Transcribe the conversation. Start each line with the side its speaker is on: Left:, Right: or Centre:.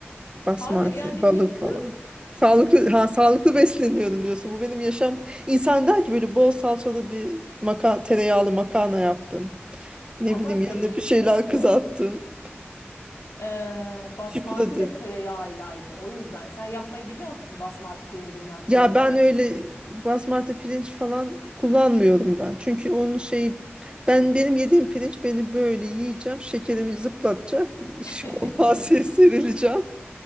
Right: Basmati,
Left: Hayır yani
Right: balık
Left: diyeti
Right: falan.
Left: kız
Right: Sağlıklı ha sağlıklı besleniyorum diyorsun. Bu benim yaşam. İnsan der ki böyle bol salçalı bir maka tereyağlı makarna yaptım. Ne
Left: ama
Right: bileyim
Left: tere
Right: yanına bir
Left: şey
Right: şeyler
Left: de
Right: kızarttım.
Left: öyle. Ee, basmati
Right: Şıpradı.
Left: de tereyağıylaydı. O yüzden sen yapmayı biliyor musun basmati pirincinden pilavı?
Right: Ya ben öyle basmati pirinç falan kullanmıyorum ben. Çünkü onun şeyi ben benim yediğim pirinç beni böyle yiyeceğim. Şekerimi zıplatacak. <laughs> iş-
Left: <laughs>
Right: Koltuğa se- serileceğim.